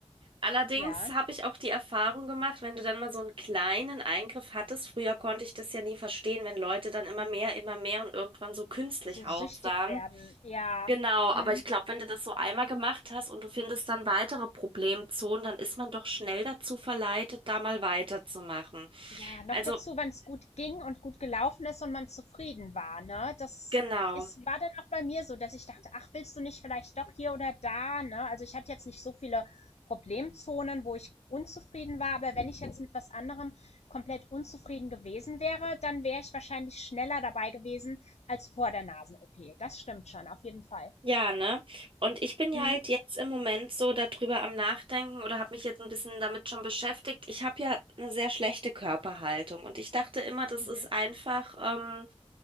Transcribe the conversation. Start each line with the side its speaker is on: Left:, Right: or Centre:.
Right: Allerdings
Left: Ja.
Right: habe ich auch die Erfahrung gemacht, wenn du dann mal so einen kleinen Eingriff hattest, früher konnte ich das ja nie verstehen, wenn Leute dann immer mehr, immer mehr und irgendwann so künstlich
Left: So
Right: aussahen.
Left: süchtig werden. Ja.
Right: Genau,
Left: Hm.
Right: aber ich glaube, wenn du das so einmal gemacht hast und du findest dann weitere Problemzonen, dann ist man doch schnell dazu verleitet, da mal weiterzumachen.
Left: Ja, noch
Right: Also,
Left: dazu, wenn es gut ging und gut gelaufen ist und man zufrieden war, ne? Das
Right: genau.
Left: ist war dann auch bei mir so, dass ich dachte: „Ach, willst du nicht vielleicht doch hier oder da“, ne? Also, ich hatte jetzt nicht so viele Problemzonen, wo ich unzufrieden war, aber wenn ich jetzt mit was anderem komplett unzufrieden gewesen wäre, dann wäre ich wahrscheinlich schneller dabei gewesen als vor der Nasen-OP. Das stimmt schon, auf jeden Fall.
Right: Ja, ne? Und ich bin ja
Left: Mhm,
Right: halt jetzt im Moment so darüber am Nachdenken oder habe mich jetzt ein bisschen damit schon beschäftigt. Ich habe ja eine sehr schlechte Körperhaltung und ich dachte immer, das
Left: mhm,
Right: ist einfach ähm,